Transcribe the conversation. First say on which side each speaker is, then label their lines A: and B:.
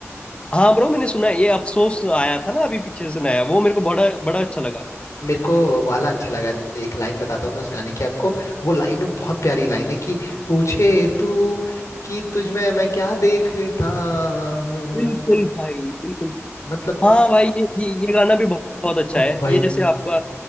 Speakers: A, on the left; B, on the left.
A: हाँ ब्रो मैंने सुना है ये अफसोस आया था ना अभी पीछे से नया वो मेरे को बड़ा बड़ा अच्छा लगा
B: मेरे को वाला अच्छा लगा एक लाइन बताता हूँ मैं उस गाने की आपको वो लाइन बहुत प्यारी लाइन है कि पूछे तू कि तुझ में मैं क्या देखता हूँ
A: बिल्कुल भाई बिल्कुल
B: मतलब
A: हाँ भाई ये ये, ये गाना भी बहुत, बहुत अच्छा
B: वही
A: है ये जैसे आपका